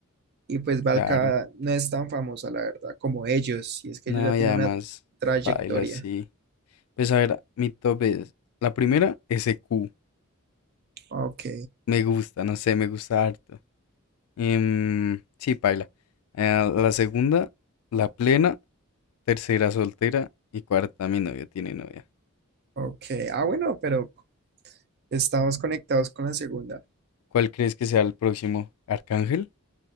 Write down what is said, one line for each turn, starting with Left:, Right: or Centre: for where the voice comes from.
Right: Y pues Valka
Left: claro.
Right: no es tan famosa, la verdad, como ellos. Y es que
Left: No,
Right: ellos ya tienen
Left: y además,
Right: una trayectoria.
Left: baila, sí. Pues a ver, mi top es. La primera, S q
Right: Ok,
Left: Me gusta, no sé, me gusta harto. Em, sí, paila. Eh, la segunda, la plena. Tercera, soltera. Y cuarta, mi novio tiene novia.
Right: ok. Ah, bueno, pero estamos conectados con la segunda.
Left: ¿Cuál crees que sea el próximo? ¿Arcángel?